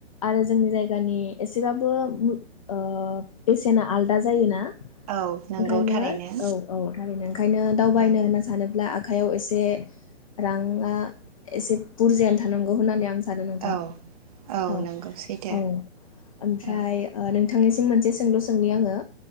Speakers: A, on the left (about 30°); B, on the right (about 35°).
A: आरो जोंनि जायगानि एसेबाबो ओ बेसेना आलदा जायोना
B: औ नंगौ
A: ओंखायनो
B: थारैनो
A: औ औ थारैनो ओंखायनो दावबायनो
B: औ
A: होनना सानो अब्ला आखाइयाव एसे राङा एसे बुरजायानो थानांगौ होननानै आं सानो नोंथां
B: औ
A: औ
B: नंगौ सैथो
A: औ ओमफ्राय
B: औ
A: नों नोंथांनिसिम मोनसे सोंलु सोंनि आङो